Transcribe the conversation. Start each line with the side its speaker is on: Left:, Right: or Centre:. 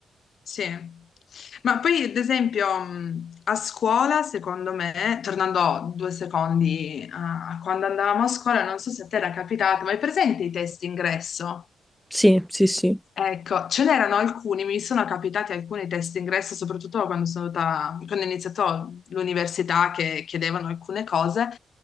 Left: Sì, ma poi ad esempio mh, a scuola, secondo me, tornando due secondi a quando andavamo a scuola, non so se a te era capitato, ma hai presente i test ingresso?
Centre: Sì, sì, sì.
Left: Ecco, ce n'erano alcuni, mi sono capitati alcuni test ingresso, soprattutto quando sono andata, quando ho iniziato l'università che chiedevano alcune cose,